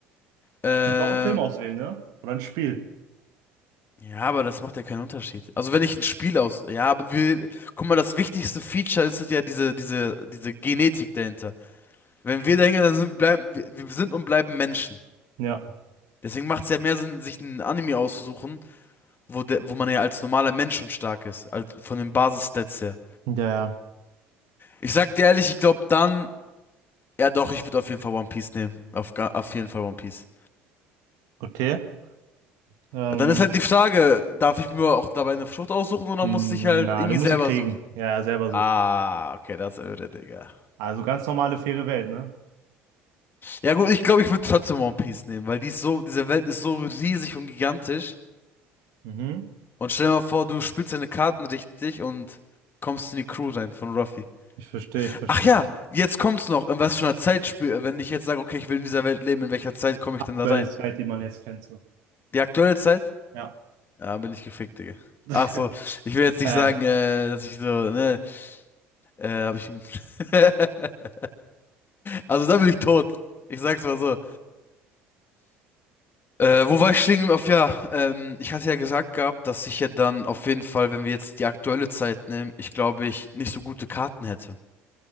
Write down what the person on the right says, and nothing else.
Könntest auch einen Film auswählen, ne? Oder ein Spiel.
Ja.
Ja, ja.
Okay. Ähm,
na,
du musst
sie kriegen.
Ja, ja, selber
suchen.
Also ganz normale, faire Welt, ne?
Mhm.
Ich verstehe, ich verstehe.
Aktuelle
Zeit, die man jetzt kennt, so.
Ja.
<laughs>
Äh,